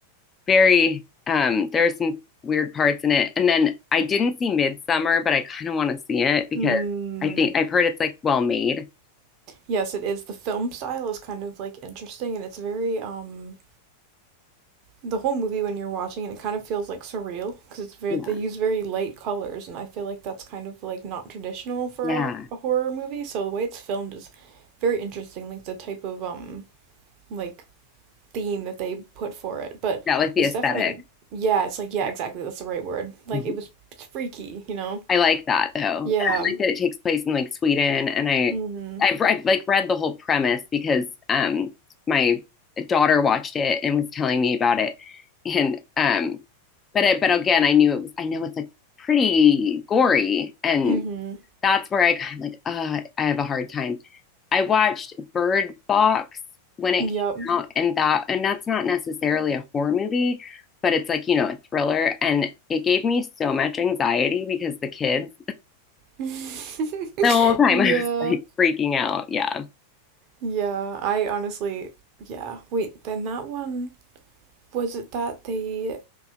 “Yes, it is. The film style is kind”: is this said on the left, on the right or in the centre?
Right